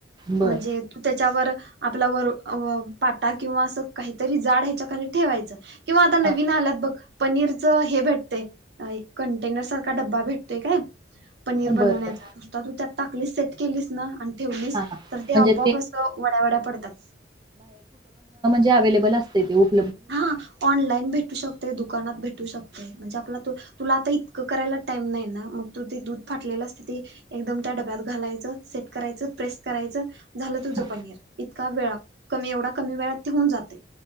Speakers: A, on the right; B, on the right.
A: बर
B: म्हणजे तू त्याच्यावर आपला वर व पाटा किंवा असं काहीतरी जाड हेच्याखाली ठेवायच किंवा आता नवि
A: हा
B: नवीन आल्यात बग पनीरच हे भेटतंय अ कंटेनर सारखा डब्बा भेटतोय काय पनीर
A: बर
B: बनवण्याचा
A: बर
B: नुसता तू त्यात टाकली सेट केलीस ना आणि ठेवलीस
A: हा हा
B: तर ते
A: म्हणजे
B: आपोआप असं वड्या-वड्या पडतात.
A: ते अव्हेलेबल असतय ते उप
B: हा ऑनलाईन भेटू शकतोय दुकानात भेट टू शकतय म्हणजे आपला तु तुला आता इतकं करायला टाईम नाय ना मग तू ते दूध फाटलेलं असतय ते एकदम त्या डब्यात घालायच सेट करायचं प्रेस, करायचं झालं तुझं
A: हा
B: पनीर, इतका वेळा कमी एवढा कमी वेळात ते होऊन जातय.